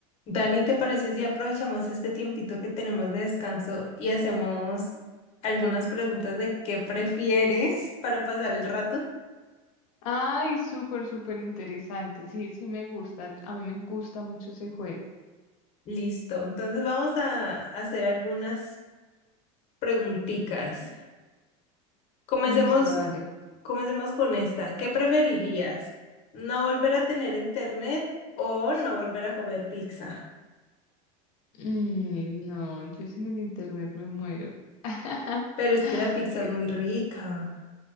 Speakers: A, on the left; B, on the left.
A: Dani, ¿te parece si aprovechamos este tiempito que tenemos de descanso y hacemos algunas preguntas de qué prefieres para pasar el rato?
B: Ay, súper, súper interesante. Sí, sí me gusta. A mí me gusta mucho ese juego.
A: Listo, entonces vamos a hacer algunas preguntitas. Comencemos,
B: Listo, dale.
A: comencemos con esta. ¿Qué preferirías? ¿No volver a tener internet o no volver a comer pizza?
B: Mm, no, yo sin el internet me muero. <laughs>
A: Pero es que la pizza
B: Que-
A: es muy rica.